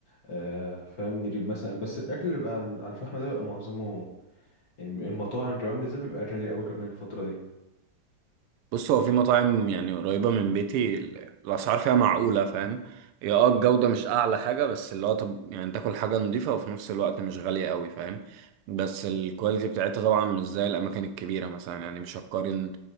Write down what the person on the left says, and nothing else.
آه فاهم نجيب مثلا بس الاكل اللي بيبقى على على الفحم ده بيبقى معظمه يعني المطاعم كمان بالذات بيبقى غالي قوي كمان الفتره دي